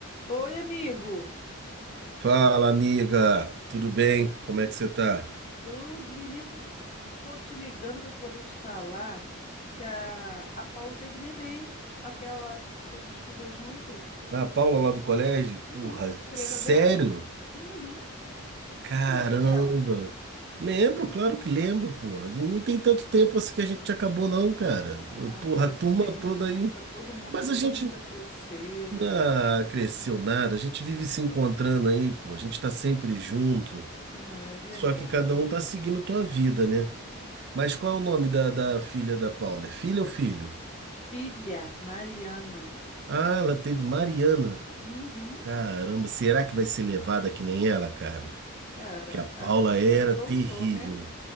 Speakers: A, on the left; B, on the right.
A: Oi, amigo.
B: Fala, amiga, tudo bem? Como é que você tá?
A: Tudo, menino, tô, tô te ligando para poder te falar que a, a Paula teve neném, aquela lá que a gente estudou junto.
B: Ah, A Paula lá do colégio?
A: Uhum,
B: Porra,
A: tu se
B: sério?
A: lembra dela? Uhum,
B: Caramba!
A: tu se lembra dela?
B: Lembro, claro que lembro, porra. Não tem tanto tempo assim que a gente acabou, não, cara.
A: Ai,
B: Porra,
A: parece
B: a turma
A: que tem muito
B: toda
A: tempo,
B: aí.
A: tá todo mundo,
B: Mas
A: já-
B: a gente
A: todo mundo já cresceu.
B: não cresceu nada, a gente vive se encontrando aí, pô. A gente tá sempre junto.
A: Não é verdade.
B: Só que cada um tá seguindo tua vida, né? Mas qual é o nome da, da filha da Paula? É filha ou filho?
A: Filha, Mariana.
B: Ah, ela teve Mariana.
A: Uhum.
B: Caramba, será que vai ser levada que nem ela, cara?
A: Cara,
B: Que a Paula
A: a bichinha
B: era
A: aprontou,
B: terrível.
A: né?